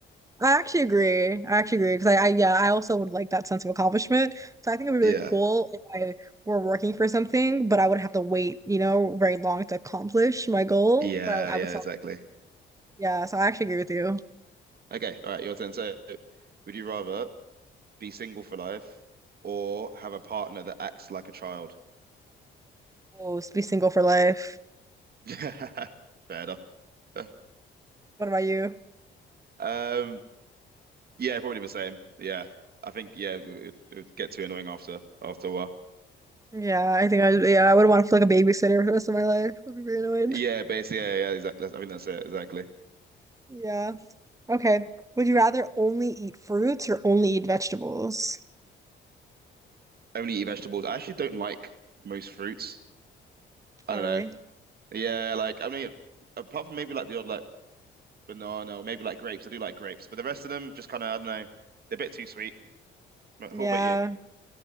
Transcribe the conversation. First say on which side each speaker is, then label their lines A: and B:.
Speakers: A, on the right; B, on the right.
A: I actually agree. I actually agree because I, I, yeah, I also would like that sense of accomplishment. So I think it would be
B: Yeah,
A: really cool if I were working for something, but I would have to wait, you know, very long to accomplish my goal.
B: yeah,
A: But I,
B: yeah.
A: I would still,
B: Exactly.
A: Yeah, so I actually agree with you.
B: Okay, all right. Your turn. So, would you rather be single for life or have a partner that acts like a child?
A: Oh, s- be single for life.
B: <laughs> Fair enough. <laughs>
A: What about you?
B: Um, Yeah, probably the same. Yeah, I think yeah, it, would- it would get too annoying after after a while.
A: Yeah, I think I, yeah, I would want to feel like a babysitter for the rest of my life. I'd be very annoyed.
B: Yeah, basically, yeah, yeah, exactly. I think that's it exactly.
A: Yeah. Okay. Would you rather only eat fruits or only eat vegetables?
B: Only eat vegetables. I actually don't like most fruits. I
A: Oh,
B: don't
A: really?
B: know. Yeah, like I mean, apart from maybe like the odd like banana or maybe like grapes. I do like grapes, but the rest of them just kind of I don't know. They're a bit too sweet. But
A: Yeah.
B: what about you?